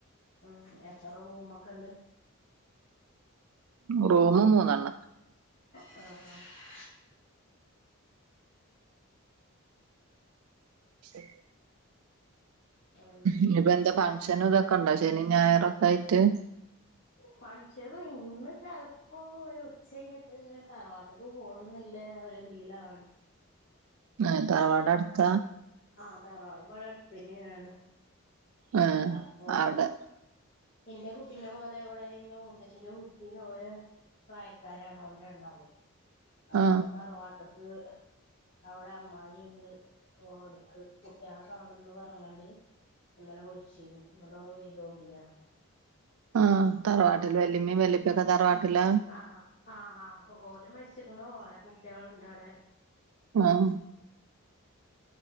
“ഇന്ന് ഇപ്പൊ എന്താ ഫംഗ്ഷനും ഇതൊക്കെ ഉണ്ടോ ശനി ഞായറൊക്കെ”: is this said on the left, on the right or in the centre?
Right